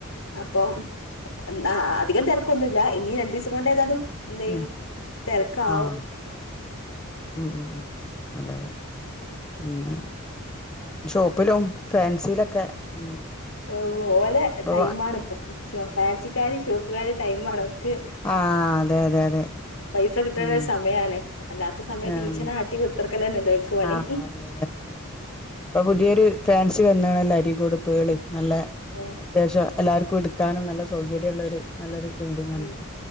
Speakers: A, on the left (about 75°); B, on the left (about 15°).
A: അപ്പം <unintelligible> ആഹ് ആഹ് അധികം തെരക്കൊന്നുല്ലാ ഇനി രണ്ടു ദിവസം കൊണ്ട് ഏതാലും എന്ത്‌ ചെയ്യും
B: ഉം
A: തെരക്കാവും
B: ആഹ് ഉം ഉം ഉം അതെ അതെ <unintelligible> ഷോപ്പിലും ഫേൻസിലൊക്കെ ഉം
A: ഓ ഓ ഓലെ
B: ഇപ്പൊ
A: ടൈമാണ് ഇപ്പം ഷോ ഫാൻസിക്കാരേം ഷോപ്പുകാരേം ടൈമാണ് ഓൽക്ക്
B: ആഹ് ആഹ് അതെ അതെ അതെ
A: പൈസ കിട്ടണ
B: ഉം
A: ഒരു സമയാണ് അല്ലാത്ത സമയത്ത്
B: ആഹ്
A: ഈച്ചനെ ആട്ടി കുത്തർക്കലെന്നെയല്ലേ ഓൽക്ക് പണി
B: ആഹ് അതെ അതെ അതെ ഉം ഇപ്പൊ പുതിയൊരു ഫാൻസി വന്ന്ണല്ലോ അരിക്കോട് പേള് നല്ലെ
A: <unintelligible>
B: അത്യാവശ്യം എല്ലാര്ക്കും എടുക്കാനും നല്ല സൗകര്യള്ള ഒരു നല്ലൊരു ബിൽഡിംങ്ങാണ്
A: ഉം